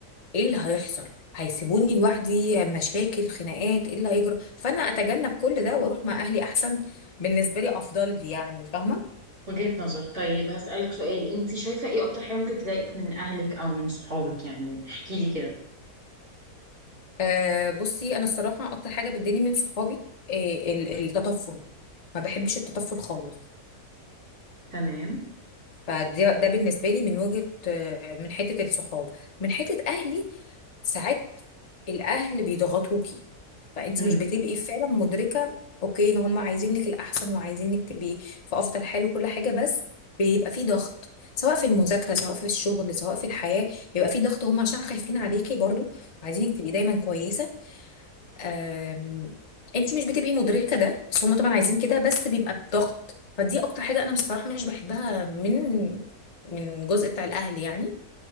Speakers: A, on the left; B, on the right.
A: ايه اللي هيحصل هيسيبوني لوحدي مشاكل خناقات ايه اللي هيجرى فانا اتجنب كل ده واروح مع اهلي احسن بالنسبه لي افضل لي يعني فاهمه
B: وجهة نظر طيب هسألك سؤال انت شايفة ايه اكتر حاجة ممكن تضايقك من اهلك او من صحابك يعني احكي لي كده
A: آه بصي انا الصراحه اكتر حاجه بتضايقني من صحابي آه ال- التطفل ما بحبش التطفل خالص
B: تمام
A: فده ده بالنسبه لي من وجهه آه من حته الصحاب من حته اهلي ساعات الاهل بيضغطوكي فانت
B: مم.
A: مش بتبقي فعلا مدركه اوكي ان هم عايزينك الاحسن وعايزينك تبقي في افضل حال وكل حاجه بس بيبقى في ضغط سواء في المذاكره سواء في الشغل سواء في الحياه بيبقى في ضغط هم عشان خايفين عليكي برضو عايزينك تبقي دايما كويسه أم... انت مش بتبقي مدركه ده بس هم طبعا عايزين كده بس بيبقى بضغط فدي اكتر حاجه انا بصراحه مش بحبها من من الجزء بتاع الاهل يعني